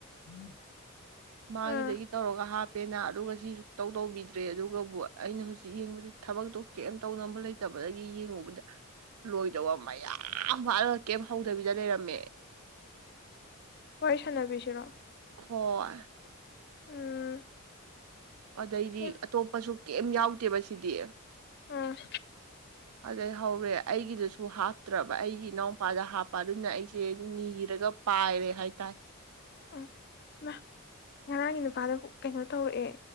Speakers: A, on the left (about 50°); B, on the right (about 80°).
A: <inaudible>
B: ꯃꯥꯒꯤꯗꯒꯤ
A: ꯑꯥ
B: ꯇꯧꯔꯒ ꯍꯥꯞꯄꯦꯅ ꯑꯗꯨꯒ ꯁꯤ ꯁꯨꯛꯇꯧ ꯇꯧꯕꯤꯗ꯭ꯔꯦ ꯑꯗꯨꯒꯕꯨ ꯑꯩꯅ ꯍꯧꯖꯤꯛ ꯌꯦꯡꯕꯗꯤ ꯊꯕꯛꯇꯣ ꯀꯦꯝ ꯇꯧꯉꯝꯕ ꯂꯩꯇꯕ ꯑꯩ ꯌꯦꯡꯉꯨꯕꯗ ꯂꯣꯏꯗꯕ ꯃꯌꯥꯝ ꯋꯥꯠꯂꯒ ꯀꯩꯝ ꯍꯧꯗꯕꯤꯗ ꯂꯩꯔꯝꯃꯦ
A: ꯋꯥꯔꯤ ꯁꯥꯟꯅꯕꯤꯁꯤꯔꯣ
B: ꯍꫭꯏ
A: ꯎꯝ
B: ꯑꯗꯩꯗꯤ
A: ꯎꯝ
B: ꯑꯇꯣꯞꯄꯁꯨ ꯀ‌ꯦꯝ ꯌꯥꯎꯇ‌ꯦꯕ ꯁꯤꯗꯤ
A: ꯎꯝ
B: ꯑꯗꯩ ꯍꯧꯔꯦ ꯑꯩꯒꯤꯗꯁꯨ ꯍꯥꯞꯇ꯭ꯔꯕ ꯑꯩꯒꯤ ꯏꯅꯥꯎꯄꯥꯗ ꯍꯥꯞꯄ ꯑꯗꯨꯅ ꯑꯩꯁꯦ ꯅꯤꯔꯒ ꯄꯥꯏꯔꯦ ꯍꯥꯏ ꯇꯥꯏ
A: ꯑꯥ ꯍꯃꯥ ꯉꯔꯥꯡꯒꯤ ꯅꯨꯄꯥꯗꯣ ꯍꯨꯛ ꯀꯩꯅꯣ ꯇꯧꯔꯛꯑꯦ